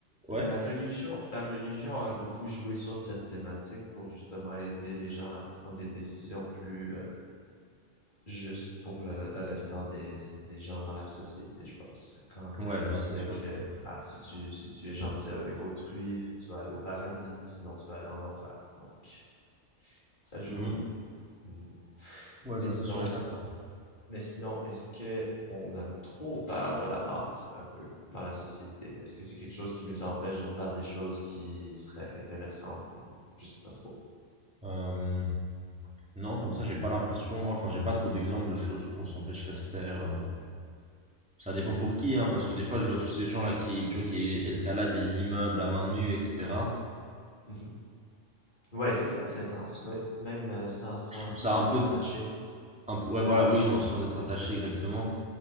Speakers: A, in the centre; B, on the left.
A: ouais,
B: La religion la religion a beaucoup joué sur cette thématique pour justement aider les gens à prendre des décisions plus, euh, justes pour le, le restant des, des gens dans la société, je pense. Quand,
A: ouais,
B: quand il
A: bah
B: disait
A: c'est sûr
B: que
A: que-
B: ah, si tu, si tu es gentil avec autrui, tu vas aller au paradis, sinon tu vas aller en enfer. Donc, ça joue
A: Mhm.
B: beaucoup. Mhm.
A: Ouais,
B: Mais
A: ça
B: sinon,
A: c'est sûr et certain.
B: mais sinon, est-ce que on a trop peur de la mort un peu dans la société? Est-ce que c'est quelque chose qui nous empêche de faire des choses qui seraient intéressantes ou je sais pas trop.
A: Euh, non, comme ça, j'ai pas l'impression, moi, enfin, j'ai pas trop d'exemples de choses qu'on s'empêcherait de faire. euh. Ça dépend pour qui, hein, parce que des fois, je vois tous ces gens-là qui, tu vois, qui escaladent les immeubles à main nue, etc.
B: Mhm. Ouais, ça c'est assez intense, ouais. Même euh, sans, sans,
A: Je trouve
B: sans
A: ça un
B: être
A: peu,
B: attaché.
A: un peu- ouais, voilà, oui, non, sans être attaché exactement.